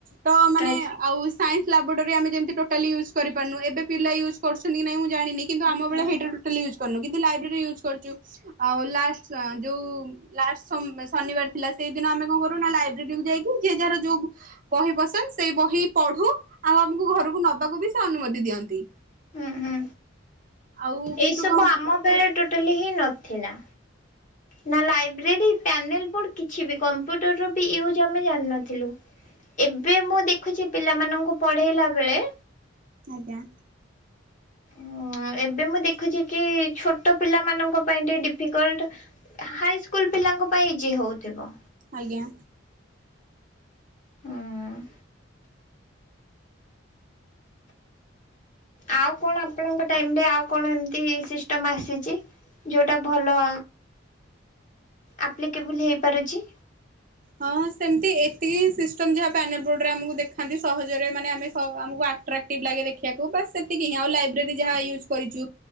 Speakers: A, on the right; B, on the left.
A: ତ ମାନେ
B: ଆଚ୍ଛା।
A: ଆଉ ସାଇନ୍ସ୍ ଲାବ୍ରୋଟୋରି ଆମେ ଯେମିତି ଟୋଟାଲି ୟୁଜ୍ କରିପାରୁନୁ ଏବେ ପିଲା ୟୁଜ୍ କରୁଛନ୍ତି କି ନାଇଁ ମୁଁ ଜାଣିନି କିନ୍ତୁ
B: ହୁଁ
A: ଆମ
B: ହୁଁ
A: ବେଳେ ସେଇଟା ଟୋଟାଲି ୟୁଜ୍ କରିନୁ କିନ୍ତୁ ଲାଇବ୍ରେରୀ ୟୁଜ୍ କରିଛୁ ଆଉ ଲାଷ୍ଟ୍ ସାଁ ଯୋଉ ଲାଷ୍ଟ୍ ଶ ଶନିବାର ଥିଲା ସେଇଦିନ ଆମେ କଣ କରୁ ନା ଲାଇବ୍ରେରୀ କୁ ଯାଇକି ଯିଏ ଯାହାର ଯୋଉ ବୁ ବହି ପସନ୍ଦ ସେଇ ବହି ପଢୁ ଆଉ ଆମକୁ ଘରକୁ ନବାକୁ ବି ସେ ଅନୁମତି ଦିଅନ୍ତି।
B: ହୁଁ ହୁଁ
A: ଆଉ କିନ୍ତୁ
B: ଏଇ ସବୁ
A: କଣ
B: ଆମ ବେଳେ ଟୋଟାଲି ହିଁ ନଥିଲା। ନା ଲାଇବ୍ରେରୀ ପ୍ୟାନେଲ୍ ବୋର୍ଡ କିଛି ବି କମ୍ପ୍ୟୁଟର ବି ୟୁଜ୍ ଆମେ ଜାଣିନଥିଲୁ। ଏବେ ମୁଁ ଦେଖୁଛି ପିଲାମାନଙ୍କୁ ପଢ଼େଇଲା ବେଳେ
A: ଆଜ୍ଞା।
B: ଉୁଁ ଏବେ ମୁଁ ଦେଖୁଛି କି ଛୋଟ ପିଲାମାନଙ୍କ ପାଇଁ ଟିକେ ଡିଫିକଲ୍ଟ ହାଇସ୍କୁଲ୍ ପିଲାଙ୍କ ପାଇଁ ଇଜି ହଉଥିବ।
A: ଆଜ୍ଞା।
B: ହୁଁ ହୁଁ। ଆଉ କଣ ଆପଣଙ୍କ ଟାଇମ୍ ରେ ଆଉ କଣ ଏମିତି ସିଷ୍ଟମ୍ ଆସିଛି ଯୋଉଟା ଭଲ ଆପ୍ଲିକେବୁଲ୍ ହେଇ ପାରୁଛି?
A: ହଁ ସେମିତି ଏତିକି ସିଷ୍ଟମ୍ ଯାହା ପ୍ୟାନେଲ୍ ବୋର୍ଡ ରେ ଆମକୁ ଦେଖାନ୍ତି ସହଜରେ ମାନେ ଆମେ ସ ଆମକୁ ଆଟ୍ରାକ୍ ଟିଭ୍ ଲାଗେ ଦେଖିବାକୁ ବାସ୍ ସେତିକି ହିଁ ଆଉ ଲାଇବ୍ରେରୀ ଯାହା ୟୁଜ୍ କରିଛୁ।